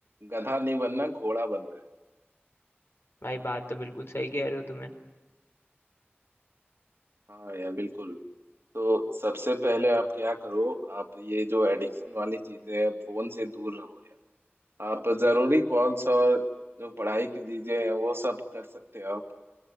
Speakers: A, on the right (about 70°); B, on the left (about 75°).
A: गधा नहीं बनना घोड़ा बनना है
B: भाई बात तो बिल्कुल सही कह रहे हो तुम्हें
A: हाँ यार बिल्कुल तो सबसे पहले आप क्या करो आप ये जो एडिक्शन वाली चीजें हैं फोन से दूर रहो यार आप जरूरी कॉल्स और जो पढ़ाई की चीजें हैं वो सब कर सकते हो आप